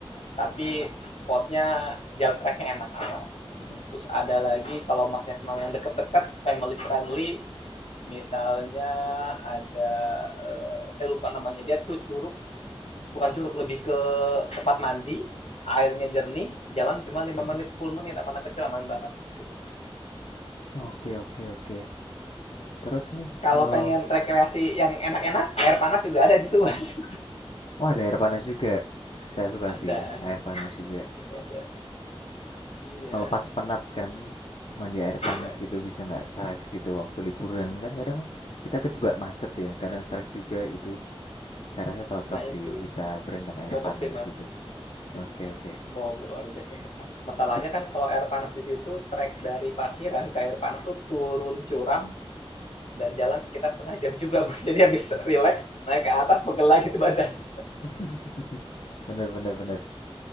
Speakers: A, on the left; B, on the left.
A: Tapi
B: mm-mm,
A: spotnya jalan treknya enak aman.
B: mm-mm,
A: Terus ada lagi kalau masnya senang yang deket-deket, family friendly, misalnya ada eh, saya lupa namanya dia tuh curug bukan curug lebih ke tempat mandi, airnya jernih, jalan cuma lima
B: mm-mm.
A: menit, 10 menit sama anak kecil aman banget situ, Mas.
B: Oke oke oke. Terus nih,
A: Kalau
B: eh
A: pengen rekreasi yang enak-enak, air panas juga ada di situ, Mas.
B: Wah, ada air panas juga. Saya
A: <laughs>
B: suka
A: ada.
B: sih air panas juga.
A: Gitu, Mas ya. Iya,
B: Melepas penat kan, mandi air
A: iya.
B: panas gitu bisa nggak stres gitu waktu liburan kan kadang kita kejebak macet ya, kadang stres juga itu. Saya rasa cocok
A: Nah,
B: sih
A: itu.
B: kita berendam air
A: Cocok
B: panas
A: sih, Mas.
B: gitu. Oke oke.
A: Bawa keluarga cocok, Mas. Masalahnya
B: Terus,
A: kan kalau air panas di situ, trek dari parkiran ke air panas tuh turun curam dan jalan sekitar setengah jam juga, Mas. Jadi habis
B: hmm.
A: relax, naik ke atas, pegel lagi tuh badan.
B: <laughs> bener bener bener.